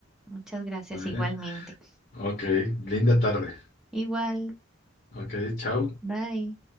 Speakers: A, in the centre; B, on the left.
A: Muchas gracias igualmente.
B: ¿eh? Ok, linda tarde.
A: Igual,
B: Ok, chao.
A: bye.